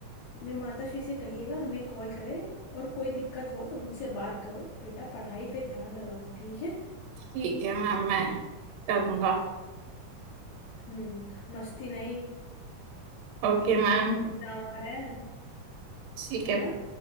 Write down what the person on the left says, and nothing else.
अपने माता श्री से कहिएगा हमें कॉल करें और कोई दिक्कत हो तो मुझसे बात करो बेटा पढ़ाई पे ध्यान लगाओ ठीक है
हम्म मस्ती नहीं
एग्जाम आ रहे हैं
है
ना